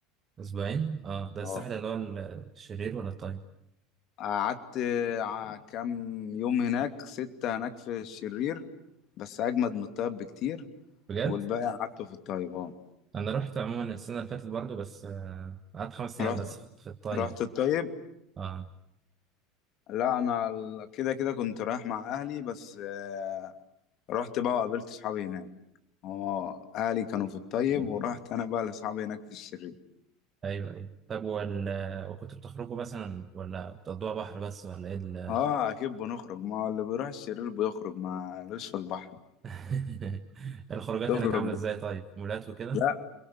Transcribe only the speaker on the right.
اسبوعين اه ده الساحل
اللي هو ال- الشرير ولا الطيب
بجد
انا رحت عموما السنه اللي فاتت برضو بس آه، قعدت خمس ايام
بس في في الطيب
اه
ايوه ايوه طب وال... وكنت بتخرجوا مثلا ولا بتقضوها بحر بس ولا ايه
<laughs> الخروجات
هناك عاملة ازاي طيب مولات وكده